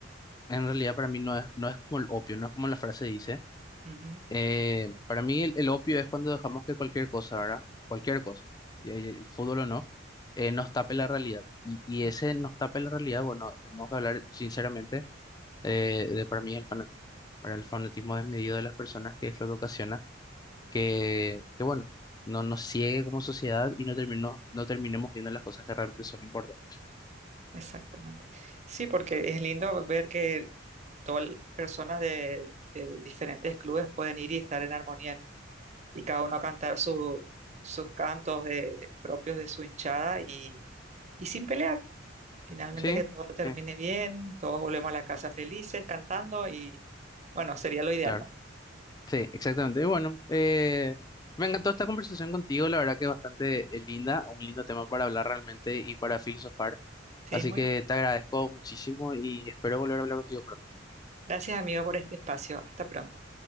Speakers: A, on the left (about 20°); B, on the right (about 35°).
A: en realidad para mí no es, no es como el opio, no es como la frase dice
B: Ujú,
A: Eh, para mí el, el opio es cuando dejamos que cualquier cosa, ¿verdad? Cualquier cosa, ya- ya- fútbol o no, eh, nos tape la realidad. Y, y
B: mm,
A: ese nos tape la realidad, bueno, tenemos que hablar sinceramente eh, de para mí es el fanatismo. Para el fanatismo desmedido de las personas, que es lo que ocasiona que, que bueno, no nos ciegue como sociedad y no termino- no terminemos viendo las cosas que realmente son importantes.
B: Exactamente. Sí, porque es lindo ver que todas las personas de, de diferentes clubes pueden ir y estar en armonía y cada uno a cantar su- sus cantos de- propios de su hinchada y, y sin pelear. Finalmente
A: Sí,
B: que todo termine
A: sí,
B: bien, todos volvemos a la casa felices cantando y bueno, sería lo ideal,
A: claro.
B: ¿no?
A: Sí, exactamente. Y bueno, eh, me encantó esta conversación contigo, la verdad que es bastante eh, linda, un lindo tema para hablar realmente y para filosofar.
B: Sí,
A: Así
B: muy
A: que te agradezco muchísimo y espero volver a hablar contigo pronto.
B: gracias amigo por este espacio. Hasta pronto.